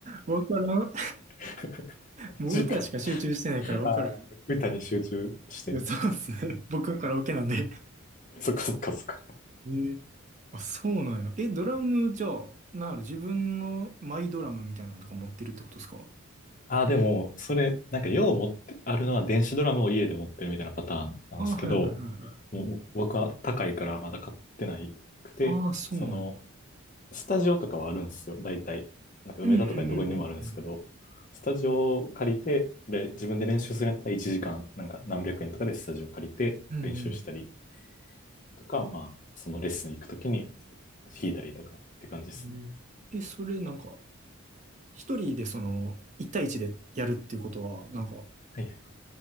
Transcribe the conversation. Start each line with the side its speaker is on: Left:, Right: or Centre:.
Right: わからん。
Left: <laughs> マジか。
Right: もう歌しか集中してないからわからん。
Left: ああ、
Right: い
Left: 歌に集中して。
Right: や、そうですね。僕はカラオケなんで。
Left: そっかそっかそっか。
Right: ええあ、そうなんや。え、ドラムじゃあ、なんやろ、自分のマイドラムみたいなのとか持ってるってことですか
Left: ああ、でも、それ、なんか、よう持って、あるのは電子ドラムを家で持ってるみたいなパターンなんですけど、
Right: あ、はいはいはいはい。
Left: もう僕は高いからまだ買ってないくて、
Right: ああ、そうなんや。
Left: その、スタジオとかはあるんですよ、大体。なんか、
Right: うんうんうん
Left: 梅田とかどこにでもあるんですけど、スタジオを借りて、で、自分で練習するんやったら1時間、なんか何百円とかでスタジオ借りて練習したり
Right: うんうん。うんうん。
Left: とか、まあ、そのレッスン行くときに弾いたりとかって感じですね。
Right: うんえ、それなんか、一人でその、一対一でやるっていうことは、なんか、
Left: はいはい